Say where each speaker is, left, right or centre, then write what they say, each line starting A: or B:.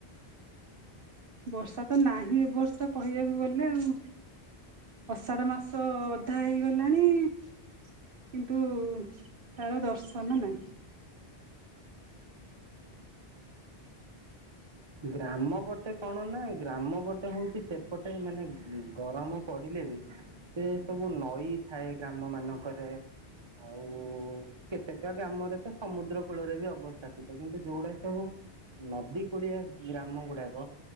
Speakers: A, on the right; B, on the right.
A: ବର୍ଷା ତ ନାହିଁ ଏ ବର୍ଷା କହିବାକୁ ଗଲେ ଆଉ ଅଷାଢ ମାସ ଅଧା ହେଇଗଲାଣି କିନ୍ତୁ ତାର ଦର୍ଶନ ନାଇଁ
B: ଗ୍ରାମ ପଟେ କଣ ନା ଗ୍ରାମ ପଟେ ହେଉଛି ସେପଟେ ମାନେ ଗରମ ପଡ଼ିଲେ ବି ସେ ସବୁ ନଈ ଥାଏ ଗ୍ରାମ ମାନଙ୍କରେ ଅ ଉ କେତେକା ଗ୍ରାମରେ ତ ସମୁଦ୍ର କୂଳରେ ବି ଅବସ୍ଥାପିତ କିନ୍ତୁ ଯୋଉଡା ସବୁ ନଦୀ କୁଡିଆ ଗ୍ରାମ ଗୁଡାକ